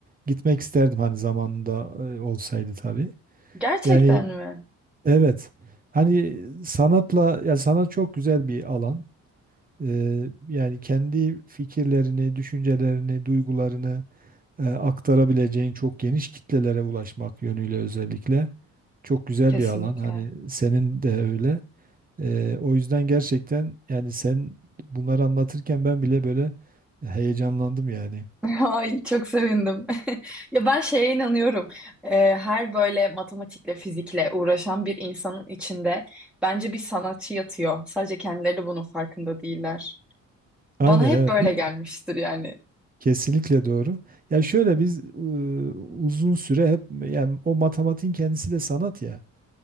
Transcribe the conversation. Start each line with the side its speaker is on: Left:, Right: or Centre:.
Right: gitmek isterdim hani zamanında e, olsaydı tabii.
Centre: gerçekten
Right: Yani
Centre: mi?
Right: evet. Hani sanatla ya sanat çok güzel bir alan. Ee, yani kendi fikirlerini, düşüncelerini, duygularını e, aktarabileceğin çok geniş kitlelere ulaşmak yönüyle özellikle çok güzel
Centre: Kesinlikle.
Right: bir alan. Hani senin de öyle. Ee, o yüzden gerçekten yani sen bunları anlatırken ben bile böyle heyecanlandım yani.
Centre: <laughs> Ay çok sevindim. <laughs> Ya ben şeye inanıyorum. Ee, her böyle matematikle, fizikle uğraşan bir insanın içinde bence bir sanatçı yatıyor. Sadece kendileri bunun farkında değiller. Bana
Right: Aynen
Centre: hep
Right: evet.
Centre: böyle
Right: Biz
Centre: gelmiştir yani.
Right: kesinlikle doğru. Ya şöyle biz e, uzun süre hep yani o matematiğin kendisi de sanat ya.